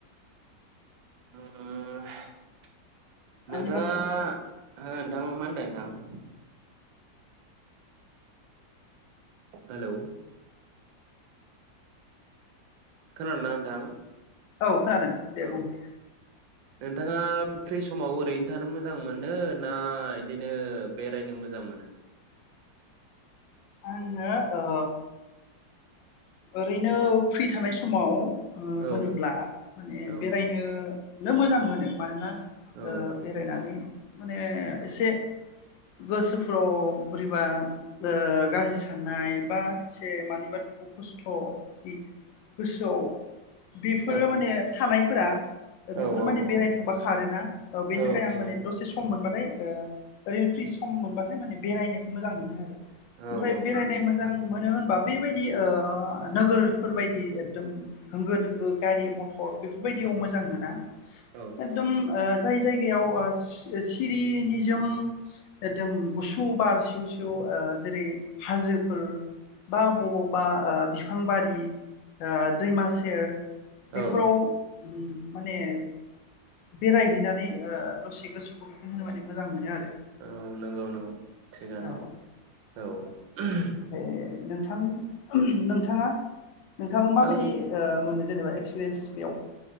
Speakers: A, on the right; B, on the left.
A: <unintelligible> नोंथाङा ओहो नोंथां
B: मानि बागै
A: मा होनदों नोंथां। हेलौ। खोनादों ना नोंथां।
B: औ खोनादों दे
A: औ
B: बुं ।
A: नोंथाङा फ्रि समाव ओरैनो थानो मोजां मोनो ना इदिनो बेरायनो मोजां मोनो।
B: आंङो ओ ओरैनो फ्रि थानाय समाव ओ
A: औ
B: होनोब्ला माने
A: औ
B: बेरायनो नों मोजां मोनो मानोना
A: औ
B: ओ बेरायनानै माने एसे गोसोफ्राव बोरैबा ओ गाज्रि साननाय बा एसे मानि खस्थ' जुदि गोसोआव बेफोरो
A: औ
B: माने थानाय फोरा ओ बेफोरो
A: औ
B: माने बेरायनो थांबा खारोना ओ बेनि
A: औ
B: थाखाय आं माने
A: औ थिगानो औ
B: दसे सम मोनबाथाय <unintelligible> ओरैनो फ्रि सम मोनबाथाय माने बेरायनायखौ मोजां मोनो आरो।
A: औ
B: ओमफ्राय
A: औ
B: बेरायनाय मोजां मोनो होनब <unintelligible> दि ओ नोगोरफोर बायदि एकदम होंगो दोंगो गारि मथर बेफोरबायदियाव मोजां मोना
A: औ
B: एकदम ओ जाय जाय जायगायाव ओ सिरि निजोम एकदम गुसु बार सिउ सिउ ओ जेरै हाजोफोर बा बबाव बा ओ बिफांबारि ओ दैमा सेर बेफोराव
A: औ
B: उम माने बेरायहैनानै ओ दसे गोसोखौ गोजोन होनो माने मोजां मोनो आरो ।
A: औ नंगौ नंगौ थिगानो
B: औ
A: औ <unintelligible>
B: ओमफ्राय नोंथां <unintelligible> नोंथाङा नोंथाङाबो माबायदि
A: आं
B: ओ मोनो जेनेबा एक्सपिरियेन्स? बेयाव